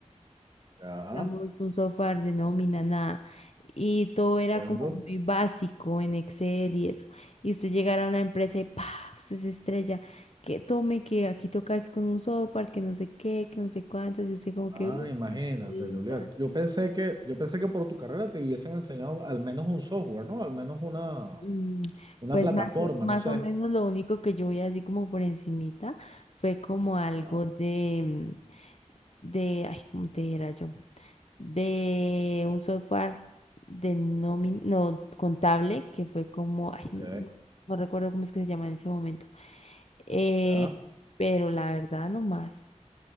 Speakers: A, on the right (about 35°); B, on the left (about 55°).
A: ya,
B: digamos, un software de nómina, nada. Y todo era
A: entiendo.
B: como muy básico en Excel y eso. Y usted llegara a una empresa y ¡pa! Usted se estrella. Que tome, que aquí tocas con un software, que no sé qué, que no sé cuántas. Y usted como
A: Ah,
B: que, "Uy,
A: imagínate,
B: venga.
A: Juliet. Yo pensé que, yo pensé que por tu carrera te hubiesen enseñado al menos un software, ¿no? Al menos una,
B: Mm,
A: una
B: Pues
A: plataforma,
B: más o, más
A: no sé.
B: o menos lo único que yo vi así como por encimita fue como algo
A: Ah,
B: de, mm, de, ay, ¿cómo te dijera yo? de un software de nómin- no, contable, que fue como, ay,
A: ok,
B: no, no no recuerdo cómo es que se llama en ese momento. Eh,
A: ya,
B: pero la verdad, no más,